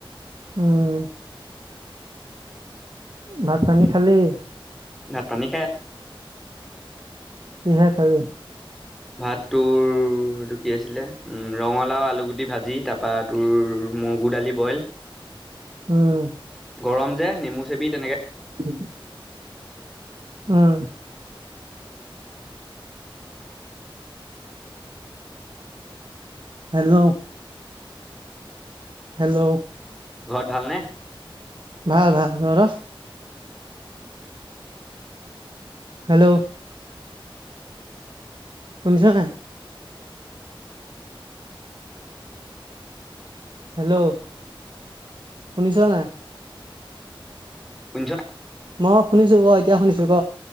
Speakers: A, on the right (about 55°); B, in the centre.
A: উম। ভাত-পানী খালি?
B: ভাত-পানী
A: কিহে খালি?
B: ভাত তোৰ এইটো কি আছিলে উম ৰঙালাও আলু গুটি ভাজি তাৰ পৰা তোৰ মগু দালি বইল
A: উম।
B: গৰম যে নেমু চেপি তেনেকৈ
A: <inaudible> অ'। হেল্ল'। হেল্ল'।
B: ঘৰত ভালনে?
A: ভাল ভাল। তহঁতৰ? হেল্ল'। শুনিছ নে নাই? হেল্ল' শুনিছ নাই?
B: শুনিছ
A: মই শুনিছোঁ ক এতিয়া শুনিছোঁ ক।